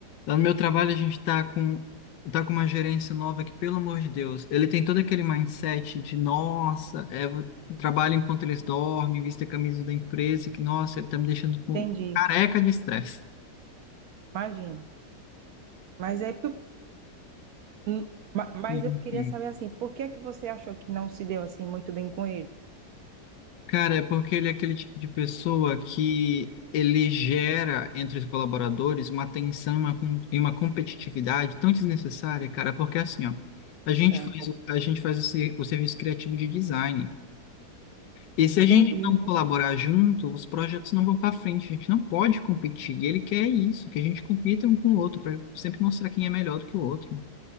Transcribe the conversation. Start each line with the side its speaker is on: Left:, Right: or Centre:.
Left: Lá no meu trabalho, a gente tá com, tá com uma gerência nova que, pelo amor de Deus, ele tem todo aquele mindset de, nossa, é, eu trabalho enquanto eles dormem, vista a camisa da empresa, que, nossa, ele tá me deixando com-
Right: Entendi.
Left: careca de estresse.
Right: Imagino. Mas é Hum, ma- Mas
Left: Sim,
Right: eu queria
Left: sim.
Right: saber assim, por que é que você achou que não se deu assim muito bem com ele?
Left: Cara, é porque ele é aquele tipo de pessoa que ele gera entre os colaboradores uma tensão uma com- e uma competitividade tão desnecessária, cara, porque assim, ó, a gente
Right: Tá.
Left: faz, o- a gente faz o, ser- o serviço criativo de design. E se a gente
Right: Entendi.
Left: não colaborar junto, os projetos não vão para frente, a gente não pode competir. E ele quer isso, que a gente compita um com o outro, para sempre mostrar quem é melhor do que o outro.